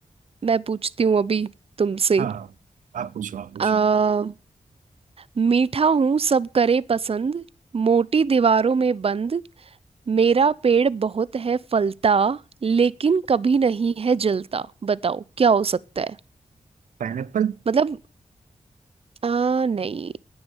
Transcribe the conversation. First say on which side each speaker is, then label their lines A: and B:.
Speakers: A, on the right; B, on the right.
A: मैं पूछती हूँ अभी तुमसे
B: हाँ आप पूछो आप पूछो
A: आ, मीठा हूँ सब करे पसंद मोटी दीवारों में बंद मेरा पेड़ बहुत है फलता लेकिन कभी नहीं है जलता बताओ क्या हो सकता है
B: पाइनएप्पल
A: मतलब आ, नहीं